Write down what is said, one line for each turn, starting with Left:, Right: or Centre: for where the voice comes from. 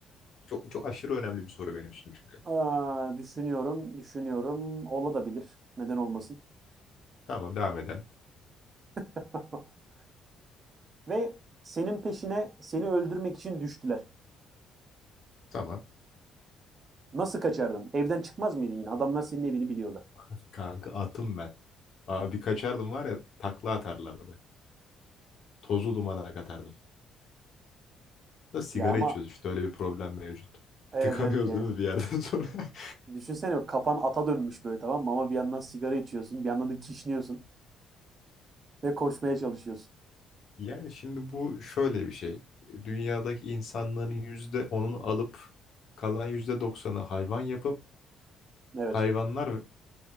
Left: Çok, çok aşırı önemli bir soru benim için çünkü.
Right: Aa, düşünüyorum, düşünüyorum. Olabilir. Neden olmasın?
Left: Tamam devam edelim.
Right: <laughs> Ve senin peşine seni öldürmek için düştüler.
Left: Tamam.
Right: Nasıl kaçardın? Evden çıkmaz mıydın yine? Adamlar senin evini biliyorlar.
Left: <laughs> Kanka atım ben. Abi kaçardım var ya takla atarlardı. Tozu dumana katardım. Da sigara
Right: Ya ama
Left: içiyoruz işte öyle bir problem mevcut.
Right: evet
Left: Tıkanıyoruz
Right: evet yani
Left: değil mi bir yerden sonra? <laughs>
Right: düşünsene kafan ata dönmüş böyle tamam mı? Ama bir yandan sigara içiyorsun, bir yandan da kişniyorsun ve koşmaya çalışıyorsun.
Left: Yani şimdi bu şöyle bir şey. Dünyadaki insanların yüzde onunu alıp kalan yüzde doksanı hayvan yapıp
Right: Evet.
Left: hayvanlar